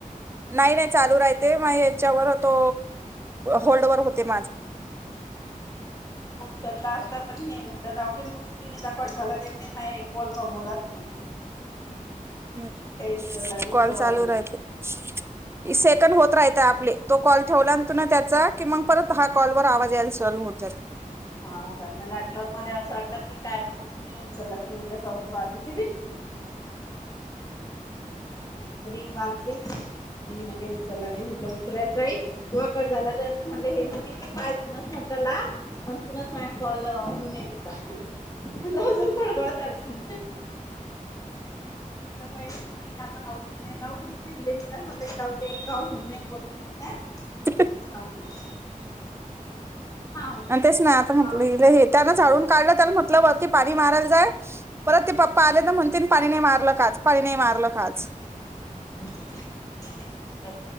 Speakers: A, on the right; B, on the left.
A: नाही नाही चालू राहते मग हच्यावर तो होल्डवर होते माझं
B: चल्ला असता पण हे म्हटलं जाऊन मी उचली निदा पड झाला दे मा कोल गमवला तु
A: <unintelligible> हम्
B: उचलला नाही म्हटलं
A: कॉल चालू
B: वाजू दिलं
A: राहते सेकंड होत राहते. आपलं तो कॉल ठेवला तु त्याचा कि मग परत हा कॉल वर आवाज यायला चालू होईल.
B: हा हो काय मला वाटलं मला असं वाटलं की काय म्हणून म मी ना उचललं की म्हण जा वाजू दे. रिंग वाजली ली मी न का उचलला नाही म्हटलं उचलायचंय त हं कट झाला तर म्हटलं हे म्हणे की पाय तुूनच म्हट तूनच माझ कॉल होूनेलेला <unintelligible> मला अजून <inaudible>
A: <unintelligible>
B: पाहि आता लावूनि लाविले मी सग ला राून म्हण बोल बोल
A: <unintelligible>
B: <inaudible>
A: <unintelligible>
B: हा
A: आणि तेच ना आता म्हटलं
B: आप
A: हे त्यान झाडून काढलं त्या म्हटलं ब पाणी मारायला जाय परत ते पप्पा आले तर म्हणते पाणी नाही मारलं आज पाणी नाही मारलं आज <unintelligible>
B: <inaudible>